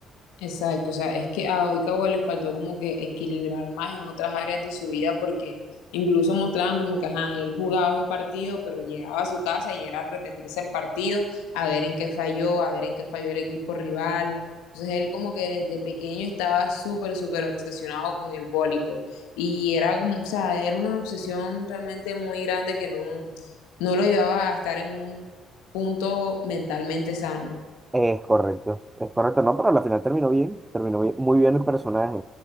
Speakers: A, on the left; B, on the right.
A: Exacto, o sea, es que a Oikawa le faltó como que equilibrar más en otras áreas de su vida porque incluso mostraban como que, ajá, él jugaba un partido, pero llegaba a su casa y era a repetirse el partido, a ver en qué falló, a ver en qué falló el equipo rival. Entonces él como que desde pequeño estaba súper, súper obsesionado con el voleibol y era como, o sea, era una obsesión realmente muy grande que no, no lo llevaba a estar en un punto mentalmente sano.
B: Es correcto, es correcto, no, pero al final terminó bien, terminó bien- muy bien el personaje.